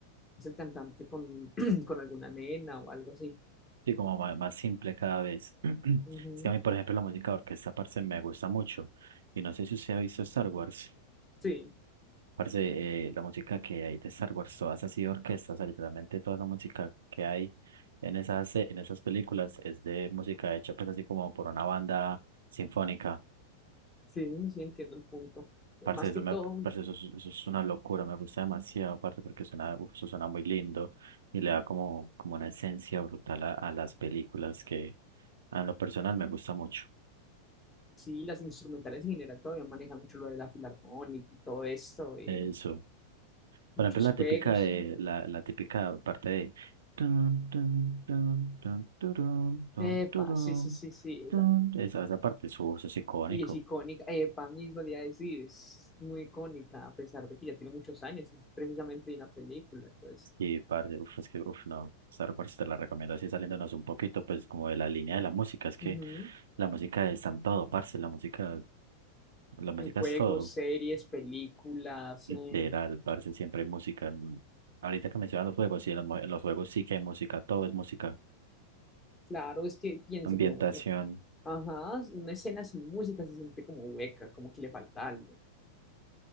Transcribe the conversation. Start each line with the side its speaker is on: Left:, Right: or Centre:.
Left: es el cantante con, <clears throat> con alguna nena o algo así.
Right: Sí, como ma- más, simple cada vez. <clears throat> Es
Left: Ujú.
Right: que a mí, por ejemplo, la música de orquesta, parce, me gusta mucho. Y no sé si usted ha visto Star Wars.
Left: Sí,
Right: Parce, eh, la música que hay de Star Wars, todas así de orquestas, o sea, literalmente toda la música que hay en esas, eh, en esas películas es de música hecha, pues así como por una banda sinfónica.
Left: sí, sí, entiendo el punto.
Right: Parce,
Left: Más
Right: eso,
Left: que
Right: me,
Left: todo,
Right: parce, eso, es eso es una locura, me gusta demasiado, parce, porque suena, uf, eso suena muy lindo y le da como, como una esencia brutal a, a las películas que a lo personal me gusta mucho.
Left: Sí, las instrumentales en general todavía manejan mucho lo de la filarmónica y todo esto, eh,
Right: Eso.
Left: muchos
Right: Por ejemplo, la
Left: juegos.
Right: típica de, la, la típica parte de tun, tun, tun, tun, turun, tun,
Left: Epa,
Right: turun,
Left: sí, sí, sí, sí,
Right: tun.
Left: esa.
Right: Esa, esa parte, su voz es icónico.
Left: Y es icónica, epa, mismo le iba a decir, es muy icónica, a pesar de que ya tiene muchos años, es precisamente una película, entonces,
Right: Sí, parce, uf, es que, uf, no, Star Wars te la recomiendo así saliéndonos un poquito, pues, como de la línea de la música, es que
Left: ujú,
Right: la música está en todo, parce, la música, la música
Left: En juegos,
Right: es todo,
Left: series, películas, eh,
Right: literal, parce, siempre hay música. mm. Ahorita que mencionas los juegos, sí, en los, mo- en los juegos sí que hay música, todo es música,
Left: claro, es que piénselo,
Right: ambientación,
Left: mu- ajá, una escena sin música se siente como hueca, como que le falta algo.